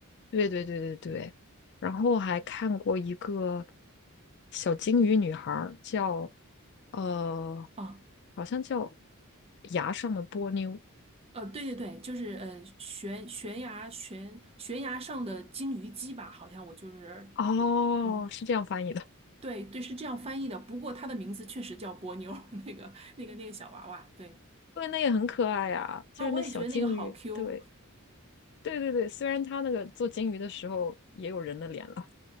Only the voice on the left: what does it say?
对对对对对，然后还看过一个小金鱼女孩儿，叫呃，
好像叫牙上的波妞，
哦，
是这样翻译的。
对，那也很可爱呀，就是那小金鱼。
对对对对，虽然它那个做金鱼的时候也有人的脸了。